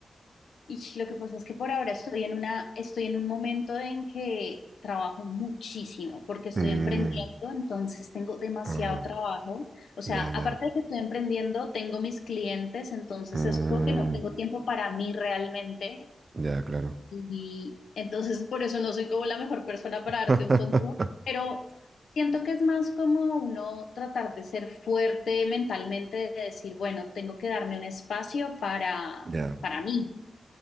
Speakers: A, on the left; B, on the right.
A: Y lo que pasa es que por ahora estoy en una, estoy en un momento en que trabajo muchísimo porque estoy
B: Mm,
A: emprendiendo, entonces tengo demasiado
B: ah,
A: trabajo. O sea,
B: ya,
A: aparte
B: ya.
A: de que estoy emprendiendo, tengo mis clientes, entonces
B: Mm,
A: es como que no tengo tiempo para mí realmente.
B: ya, claro.
A: Y entonces por eso no soy como la mejor persona para
B: <laughs>
A: darte un consejo, pero siento que es más como uno tratar de ser fuerte mentalmente, de decir, bueno, tengo que darme un espacio para,
B: Ya.
A: para mí.